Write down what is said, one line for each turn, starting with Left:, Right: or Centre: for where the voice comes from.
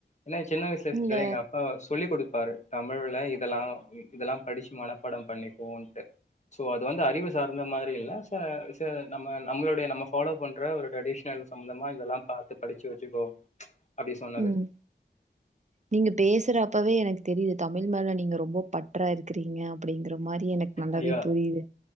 Left: என்னா சின்ன வயசுல
Right: நீங்க
Left: சிஸ்டர் எங்க அப்பா சொல்லி கொடுப்பாரு தமிழ்ல இதெலா இதெலா படிச்சுமன பாடம் பண்ணிக்கோன்ட்டு சோ அது வந்து அறிவு சார்ந்த மாரில்ல ச-ச நம்ம நம்ளோடைய நம்ம ஃபாலோ பண்ற ஒரு டிரடிஷ்னல் சம்பந்தமா இதெலா பார்த்து படிச்சி வச்சுக்கோ அப்டி சொன்னது
Right: ம் நீங்க பேசுறப்பவே எனக்கு தெரியுது தமில் மேல நீங்க ரொம்ப பற்றா இருக்கிறீங்க அப்டிங்கற மாரி எனக்கு நல்லாவே
Left: ஐயோ
Right: புரியுது